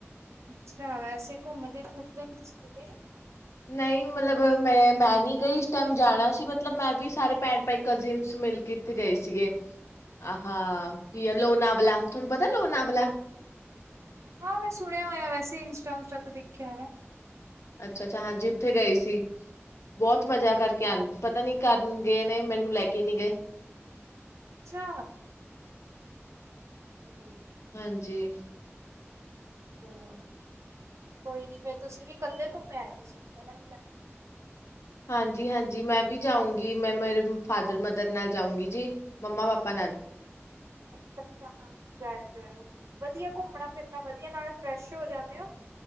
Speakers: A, on the right; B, on the left.
A: ਅੱਛਾ, ਵੈਸੇ ਘੁੰਮਦੇ ਫਿਰਦੇ ਨੇ ਤੁਸੀਂ ਕਿਤੇ?
B: ਨਹੀਂ ਮਤਲਬ ਮੈਂ-ਮੈਂ ਨੀ ਕਈ ਇਸ ਟਾਈਮ ਜਾਣਾ ਸੀ, ਮਤਲਬ ਮੈਂ ਵੀ ਸਾਰੇ ਭੈਣ ਭਾਈ ਕਜ਼ਨ ਮਿਲ ਕੇ ਇੱਥੇ ਗਏ ਸੀਗੇ। ਆਹੋ ਕੀ ਆ ਲੋਨਾਵਲਾ ਤੁਹਾਨੂੰ ਪਤਾ ਲੋਨਾਵਲਾ,
A: ਹਾਂ ਮੈਂ ਸੁਣਿਆ ਹੋਇਆ, ਵੈਸੇ ਹੀ ਇੰਸਟਾ ਉੰਸਟਾ ਤੋਂ ਦੇਖਿਆ ਹੈ।
B: ਅੱਛਾ-ਅੱਛਾ, ਹਾਂਜੀ ਉੱਥੇ ਗਏ ਸੀ ਬਹੁਤ ਮਜਾ ਕਰਕੇ ਆ ਪਤਾ ਨੀ ਕਰ ਗਏ ਨੇ ਮੈਨੂੰ ਲੈ ਕੇ ਨੀ ਗਏ।
A: ਅੱਛਾ, ਹੂ
B: ਹਾਂਜੀ
A: ਹੋਰ ਕੋਈ ਨੀ ਫੇਰ ਤੁਸੀਂ ਵੀ ਇਕੱਲੇ ਘੁੰਮਿਆ ਆਏ ਤੁਸੀਂਹ ਲ
B: ਹਾਂਜੀ ਹਾਂਜੀ ਮੈਂ ਵੀ ਜਾਊਂਗੀ, ਮੈਂ ਮੇਰੇ ਫਾਦਰ ਮਦਰ ਨਾਲ ਜਾਊਂਗੀ ਜੀ ਮੰਮਾ ਪਾਪਾ ਨਾਲ। ਹੈ ਨ
A: ਅੱਛਾ ਅੱਛਾ ਹਾਂ ਜਾਇਓ ਜਾਇਓ, ਵਧੀਆ ਘੁੰਮਣਾ ਫਿਰਨਾ ਵਧੀਆ ਨਾਲ ਫਰੈਸ਼ ਹੋ ਜਾਂਨੇ ਆਂ